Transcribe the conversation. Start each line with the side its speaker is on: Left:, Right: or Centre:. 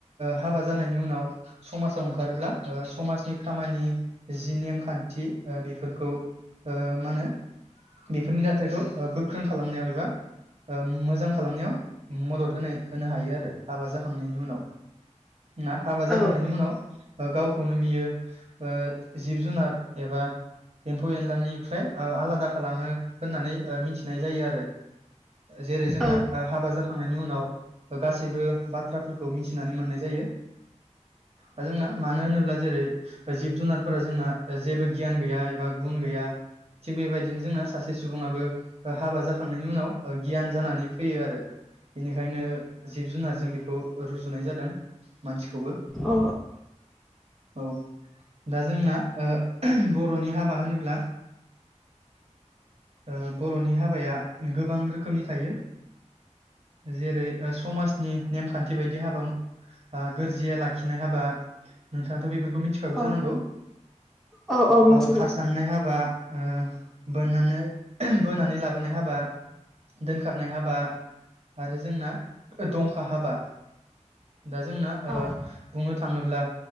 Right: हाबा जानायनि उनाव समाजाव ओंखारोब्ला ओ समाजनि खामानि जि नेमखान्थि ओ बेफोरखौ ओ मा होनो बेफोरनि दाथाइखौ ओ गोख्रों खालामनायाव एबा ओ मोजां खालामनायाव मदद होनाय होनो हायो आरो। हाबा जाखांनायनि उनाव। ना हाबा जाखांनायनि
Centre: औ
Right: उनाव। ओ गावखौनो बियो ओ जिब जुनार एबा एम्फौ एनलानिफ्राय ओ आलादा खालामो होननानै ओ मिथिनाय जायो आरो। जेरै जोंना
Centre: औ
Right: आ हाबा जाख खांनायनि उनाव गासैबो बाथ्राफोरखौ मिथिनानै मोननाय जायो। दा जोंना मानो होनोब्ला जेरै जिब जुनारफोरा जोंना जेबो गियान गैया एबा गुन गैया थिग बेबायदिनो जोंना सासे सुबुङाबो हाबा जाखांनायनि उनाव गियान जानानै फैयो आरो बेनिखायनो जिब जुनार खौ रुजुनाय जादों मानसिखौबो।
Centre: औ
Right: औ दा जोंना ओ बर'नि हाबा होनोब्ला ओ बर'नि हाबाया गोबां रोखोमनि थायो। जेरै ओ समाज नि नेम खान्थि बायदि हाबा आ गोरजिया लाखिनाय हाबा नोंथाङाथ' बेफोर खौ मिनथिखागौ जानांगौ?
Centre: औ औ औ मिथिगौ
Right: ओ खारसारनाय हाबा ओ बोननानै बोनानै लाबोनाय हाबा दोनखारनाय हाबा आरो जोंना ओ दंखा हाबा दा जोंना ओ
Centre: औ
Right: बुंनो थाङोब्ला